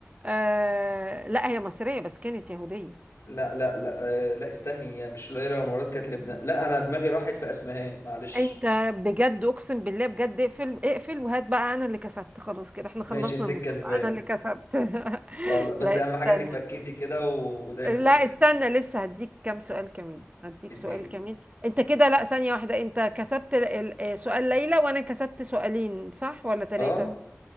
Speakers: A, on the right; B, on the left.
A: آه لا هي مصرية بس كانت يهودية
B: لا لا لا آه، لا استني هي مش ليلى مراد كانت لبنان لا انا دماغي راحت في اسمهان معلش
A: انت بجد اقسم بالله بجد اقفل اقفل وهات بقى انا اللي كسبت خلاص كده احنا خلصنا
B: ماشي انت
A: المسابقة
B: الكسبان
A: انا اللي كسبت <laughs>
B: خلاص بس
A: لا
B: اهم
A: استنى
B: حاجة انك فكيتي كده وزي الفل
A: لا استنى لسه هديك كام سؤال كمان هديك
B: اديني
A: سؤال كمان انت كده لا ثانية واحدة انت كسبت ال- ال- آه، سؤال ليلى وانا كسبت سؤالين صح ولا ثلاثة
B: اه